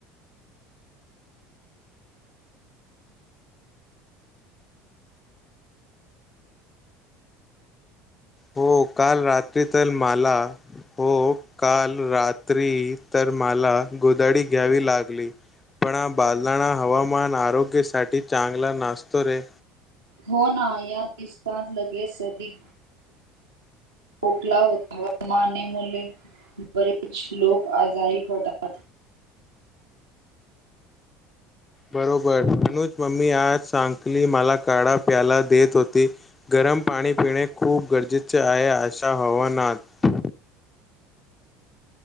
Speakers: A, on the left (about 20°); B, on the right (about 75°).
A: हो काल रात्री तर मला हो काल रात्री तर मला गोदडी घ्यावी लागली. पण बालदाणा हवामान आरोग्यासाठी चांगला नासतो रे.
B: हो ना या ति सात लगे सदि खोकला होता हवामाने मुले बरे कुछ लोक आजाारी पडता अच
A: बरोबर अनुज मम्मी आज सांकली मला काढा प्यायला देत होती, गरम पाणी पिणे खूप गरजेचे आहे अशा हवानात.